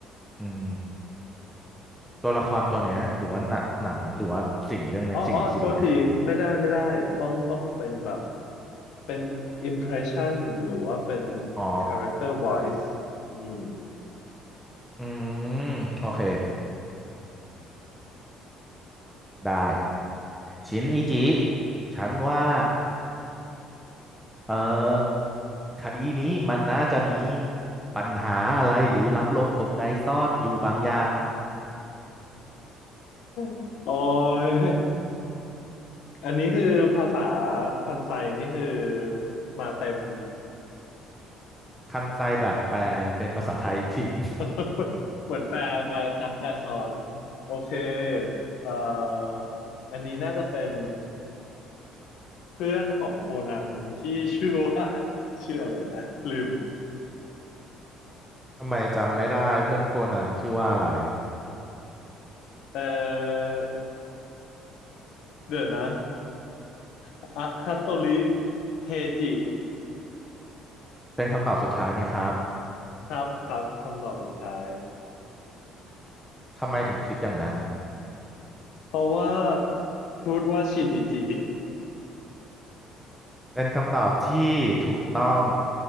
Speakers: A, in the centre; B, on the left.
A: อืมตัวละครตัวเนี้ยหรือว่าหนัหนังหรือว่าสิ่งเรื่องเนี้ยสิ่งสิ่งเนี้ย
B: อ๋ออ๋อโทษทีไม่ได้ไม่ได้ต้องต้องเป็นแบบเป็น impression หรือว่าเป็น
A: อ๋อ
B: character wise อืม
A: อืมโอเคได้ชินอิจิฉันว่า เออคดีนี้มันน่าจะมีปัญหาอะไรหรือรับลมคมไงซ่อนอยู่บางอย่าง
B: <laughs> โอ้ย อันนี้คือภาษาคันไซนี่คือมาเต็ม
A: คันไซแบบแปลเป็นภาษาไทยอีกทีหนึง <laughs>
B: <laughs> เหมือนแปลแปลซ้ำแปลซ้อนโอเคเอ่ออันนี้น่าจะเป็นเพื่อนของโคนันที่ชื่อว่า <laughs> ชื่ออะไรนะลืม
A: ทำไมจำไม่ได้เพื่อนโคนันชื่อว่าอะไร
B: เอ่อเดี๋ยวนะอะฮัตโตริเฮจิ
A: เป็นคำตอบสุดท้ายไหมครับ
B: ครับครับคำตอบสุดท้าย
A: ทำไมถึงคิดอย่างนั้น
B: เพราะว่าพูดว่าชินอิจิ
A: เป็นคำตอบที่ถูกต้อง